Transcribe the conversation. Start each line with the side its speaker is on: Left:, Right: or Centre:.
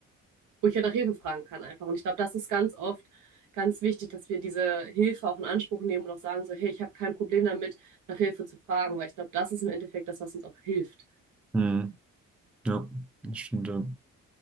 Right: wo ich ja nach Hilfe fragen kann einfach. Und ich glaube, das ist ganz oft ganz wichtig, dass wir diese Hilfe auch in Anspruch nehmen und auch sagen so, hey, ich habe kein Problem damit, nach Hilfe zu fragen, weil ich glaube, das ist im Endeffekt das, was uns auch hilft.
Centre: Mhm. Ja. Das stimmt. Ja.